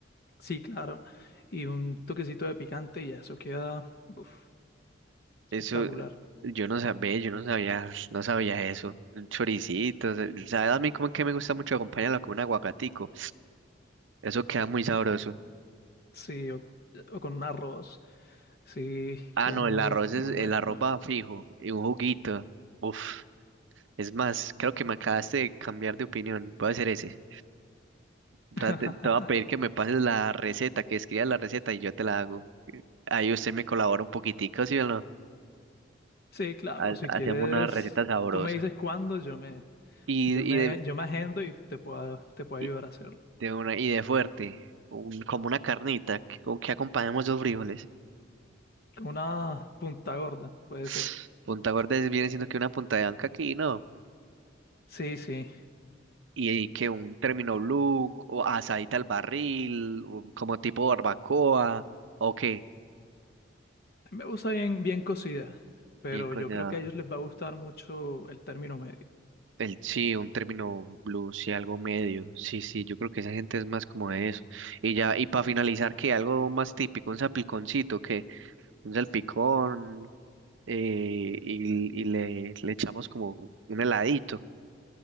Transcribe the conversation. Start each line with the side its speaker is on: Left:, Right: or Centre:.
Left: sí, claro, y un toquecito de picante y ya, eso queda, uf, espectacular.
Right: Eso, yo no sabía, yo no sabía, no sabía eso. Un choricito. o ¿Sabes? A mí como que me gusta mucho acompañarlo con un aguacatico. Eso queda muy sabroso.
Left: Sí, o, o con arroz. Sí,
Right: Ah,
Left: queda
Right: no,
Left: muy,
Right: el arroz es,
Left: muy
Right: el
Left: bueno.
Right: arroz va fijo y un juguito. Uf, es más, creo que me acabaste de cambiar de opinión. Voy a hacer ese. Ra-
Left: <laughs>
Right: Te te voy a pedir que me pases la receta, que escribas la receta y yo te la hago. Ahí usted me colabora un poquitico, ¿sí o no?
Left: Sí, claro,
Right: Ha-
Left: si
Right: Hacemos
Left: quieres,
Right: una receta sabrosa.
Left: tú me dices cuándo, yo me,
Right: Y,
Left: yo me,
Right: y de,
Left: yo me agendo y te puedo, te puedo
Right: y
Left: ayudar a hacerlo.
Right: de una, y de fuerte, un- como una carnita, que- con que acompañamos dos frijoles.
Left: Con una punta gorda, puede
Right: <sniffs>
Left: ser.
Right: Punta gorda es- viene siendo que una punta de anca aquí, ¿no?
Left: Sí, sí.
Right: Y que un término blue, o asadita al barril, o como tipo barbacoa, o qué,
Left: A mí me gusta bien, bien cocida, pero
Right: bien cocinada.
Left: yo creo que a ellos les va a gustar mucho el término medio.
Right: El, sí, un término blues, sí, algo medio. Sí, sí, yo creo que esa gente es más como de eso. Y ya, y para finalizar, ¿qué? Algo más típico, un salpiconcito, que Un salpicón, eh, y, y le, le echamos como un heladito.